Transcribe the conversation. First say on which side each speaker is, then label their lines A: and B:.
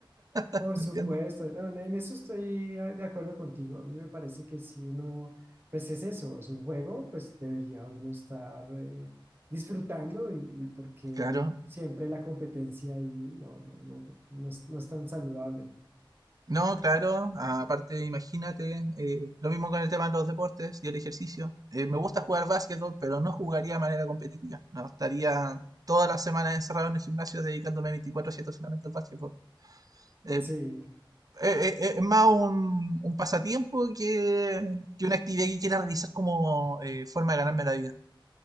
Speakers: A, on the right; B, on the right.
A: <laughs>
B: Por
A: ¿me
B: supuesto,
A: entiendes?
B: no, en eso estoy a- de acuerdo contigo. A mí me parece que si uno, pues es eso, es un juego, pues debería uno estar eh, disfrutando y, y porque
A: Claro,
B: siempre la competencia ahí no, no, no, no, es no es tan saludable.
A: No, claro, aparte imagínate, eh, lo mismo con el tema de los deportes y el ejercicio. Eh, me gusta jugar básquetbol, pero no jugaría de manera competitiva. No estaría todas las semanas encerrado en el gimnasio dedicándome veinticuatro siete solamente al básquetbol. Eh,
B: Sí,
A: eh, eh, es más un, un pasatiempo que, que una actividad que quiera realizar como eh, forma de ganarme la vida.